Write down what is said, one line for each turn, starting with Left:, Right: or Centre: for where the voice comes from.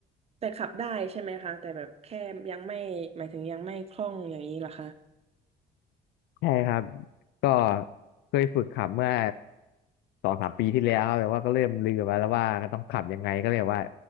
Right: แต่ขับได้ใช่ไหมคะแต่แบบแค่ยังไม่หมายถึงยังไม่คล่องอย่างนี้เหรอคะ
Left: ใช่ครับก็เคยฝึกขับเมื่อสองสามปีที่แล้วครับแต่ว่าก็เริ่มลืมไปแล้วว่าก็ต้องขับยังไงก็เลยว่า